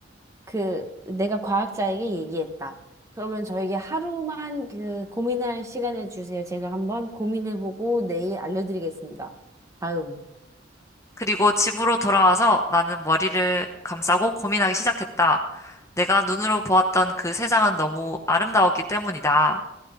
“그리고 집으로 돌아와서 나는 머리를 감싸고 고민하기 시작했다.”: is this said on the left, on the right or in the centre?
Left